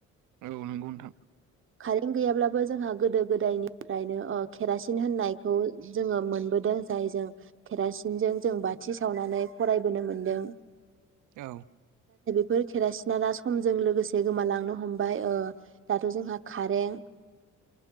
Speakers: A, on the right; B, on the right.
A: औ नंगौ नोथां।
B: कारेन्ट गैयाब्लाबो जोंहा गोदो गोदायनिफ्रायनो ओ केरासिन होननायखौ जोङो मोनबोदों जाय जों केरासिनजों जों बाथि सो गावनानै फरायबोनो मोनदों।
A: ओउ।
B: फोर केेरासिना दा समजों लोगोसे गोमालांनो हमबाय दाथ जोंहा खारें।